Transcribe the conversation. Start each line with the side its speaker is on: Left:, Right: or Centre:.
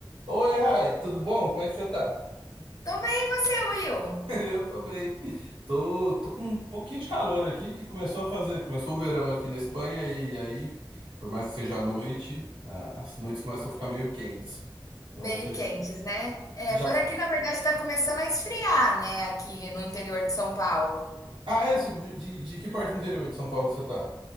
Right: Oi, Rai, tudo bom? Como é que você tá?
Left: Também você, Will.
Right: <laughs> Eu tô bem. Tô, tô com um pouquinho de calor aqui, que começou a fazer, começou o verão aqui na Espanha e aí, por mais que seja à noite, ah, as noites começam a ficar meio quentes. Então
Left: Meio
Right: você
Left: quentes, né? É,
Right: já.
Left: por aqui, na verdade, está começando a esfriar, né? Aqui no interior de São Paulo.
Right: Ah, é? Você- De, de, de que parte do interior de São Paulo que você tá?